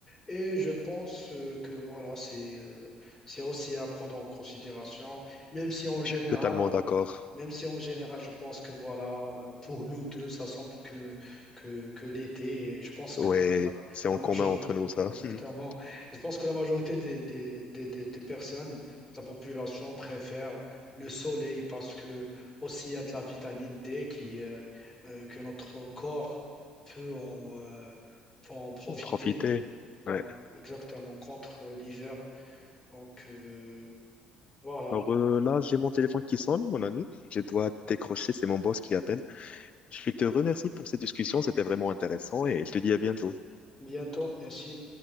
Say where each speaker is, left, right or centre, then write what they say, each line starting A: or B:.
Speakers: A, on the left; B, on the left.
A: et je pense euh, que voilà c'est euh, c'est aussi à prendre en considération même si en Mm. général
B: Totalement d'accord.
A: même si en général, je pense que voilà, euh, pour nous deux, ça semble que, que, que l'été, et je pense que
B: Ouais,
A: pour
B: c'est
A: la
B: en
A: majorité,
B: commun entre nous, ça.
A: exactement,
B: <laughs>
A: je pense que la majorité des, des, des, des, des personnes, de la population préfère le soleil parce que aussi il y a de la vitamine D qui, euh, euh, que notre corps peut en, euh, peut en profiter.
B: En profiter.
A: Donc,
B: Ouais.
A: exactement, contre l'hiver. Donc, euh, voilà.
B: Alors euh, là, j'ai mon téléphone qui sonne, mon ami. Je dois décrocher, c'est mon boss qui appelle. Je te remercie pour cette discussion, c'était vraiment intéressant et je te dis à bientôt.
A: Bientôt, merci.